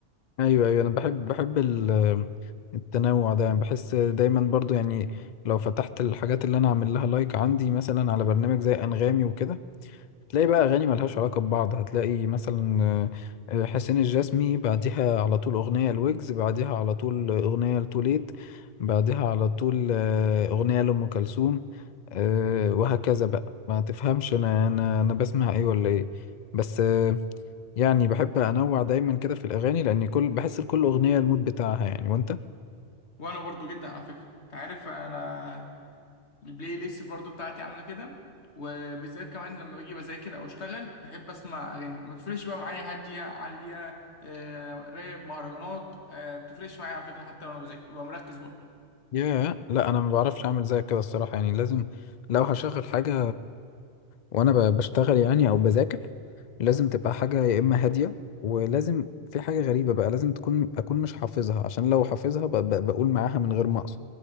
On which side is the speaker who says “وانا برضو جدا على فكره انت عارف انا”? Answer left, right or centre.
Left